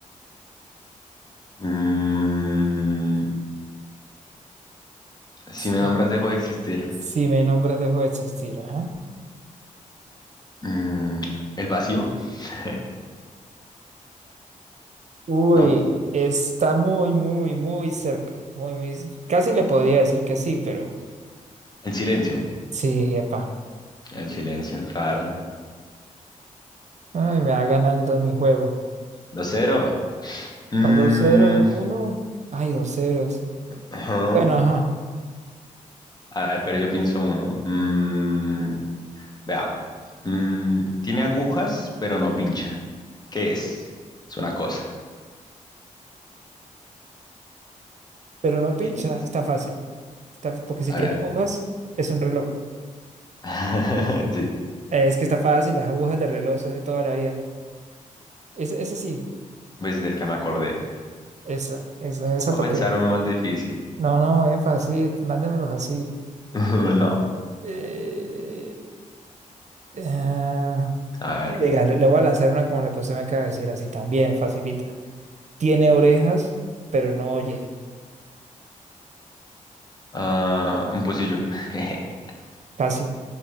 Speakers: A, on the left; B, on the right.
A: Mm, Si
B: Sí.
A: me nombras, dejo de existir.
B: Si me nombras, dejo de existir. Ajá.
A: Mm, el vacío, <laughs>
B: Uy,
A: ¿no?
B: está muy, muy, muy cerca. Muy, muy... Casi le podría decir que sí, pero
A: El silencio.
B: sí, epa.
A: El silencio, claro.
B: Ay, me va ganando en mi juego.
A: Dos cero. Mm,
B: ¿Cuál 2-0, 2-1? Ay, 2-0. sí.
A: ajá.
B: Bueno, ajá.
A: A ver, pero yo pienso uno. Mm, vea. Mm, tiene agujas, pero no pincha. ¿Qué es? Es una cosa.
B: Pero no pincha,
A: Piensa.
B: está fácil. Está, porque si
A: A
B: tiene
A: ver.
B: agujas, es un reloj.
A: <laughs> Sí.
B: Eh, es que está fácil, las agujas de reloj, eso es de toda la vida. Esa, esa sí,
A: Pues del que me acordé.
B: esa, esa, esa
A: Voy
B: porque.
A: a pensar uno más difícil.
B: No, no, es fácil, mándemelos así.
A: <laughs> No.
B: Eh, ah,
A: A ver.
B: venga, le, le voy a lanzar una como la que usted me acaba de decir, así también, facilita. Tiene orejas, pero no oye,
A: Ah, un pocillo. <laughs>
B: casi.